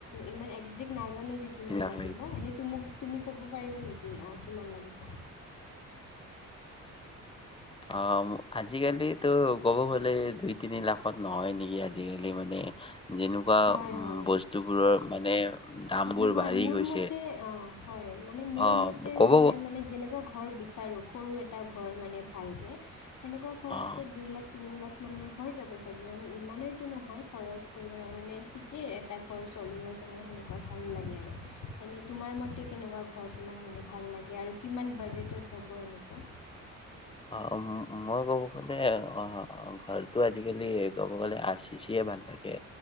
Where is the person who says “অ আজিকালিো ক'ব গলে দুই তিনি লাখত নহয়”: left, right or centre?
Left